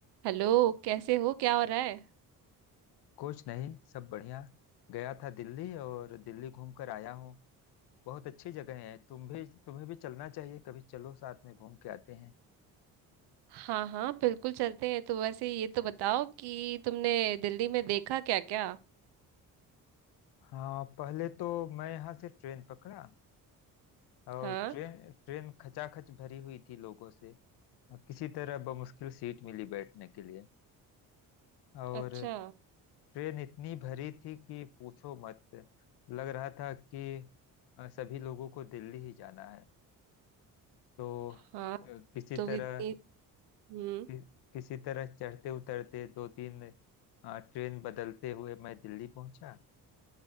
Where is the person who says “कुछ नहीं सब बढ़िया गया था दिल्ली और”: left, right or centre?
Left